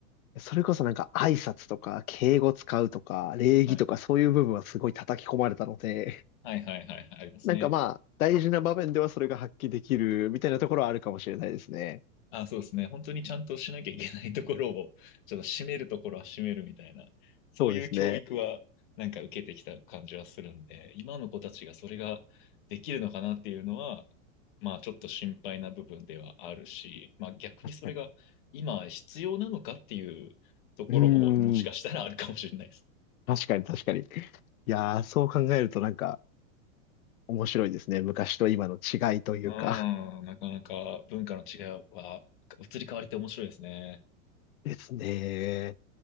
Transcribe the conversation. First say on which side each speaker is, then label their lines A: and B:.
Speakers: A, on the left (about 80°); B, on the left (about 35°).
A: それこそなんか挨拶とか敬語使うとか礼儀とかそういう部分はすごい叩き込まれたので、
B: はい。はいはいはいはい、
A: <laughs>
B: ありますね。
A: なんかまあ大事な場面ではそれが発揮できるみたいなところはあるかもしれないですね。
B: あ、そうですね。本当にちゃんとしなきゃいけないところを、<laughs> ちょっと締めるところは締めるみたいな、そういう教育はなんか受けてきた感じはするんで、
A: そうですね。
B: 今の子たちがそれができるのかなっていうのは、まあちょっと心配な部分ではあるし、まあ逆にそれが今必要なのかっていうところももしかしたらあるかもしれないです。
A: 確かに。うーん。確かに確かに。いやー、そう考えるとなんか面白いですね。昔と今の違いというか。
B: うん、なかなか文化の違いは移り変わりって面白いですね。
A: ですね。